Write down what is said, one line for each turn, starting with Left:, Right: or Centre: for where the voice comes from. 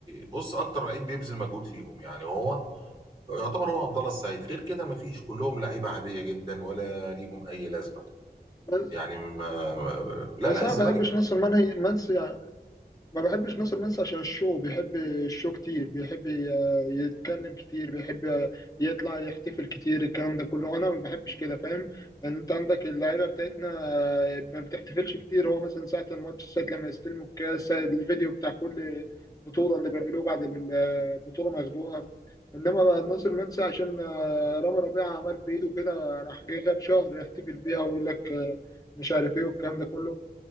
Right: بص اكتر لعيب بيبذل مجهود فيهم يعني هو يعتبر هو عبد الله السعيد غير كده مفيش كلهم لعيبه عاديه جدا ولا ليهم اي لازمه
Left: بس
Right: يعني ما... لا
Left: بس
Right: لا الزمالك
Left: انا ما بحبش ناصر منسي ما بحبش ناصر منسي عشان الشو بيحب الشو كتير بيحب ي- يتكلم كتير بيحب يطلع يحتفل كتير الكلام ده كله انا ما بحبش كده فاهم ان انت عندك اللعيبه بتاعتنا ما بتحتفلش كتير هو مثلا ساعه الماتش ساعه لما يستلموا الكاس ساعه الفيديو بتاع كل بطوله اللي بيعملوه بعد البطوله ما ياخدوها انما بقى ناصر منسي عشان آه، رامي ربيعه عمل بايده كده راح جاي غاب شهر يحتفل بيها ويقول لك آه، مش عارف ايه والكلام ده كله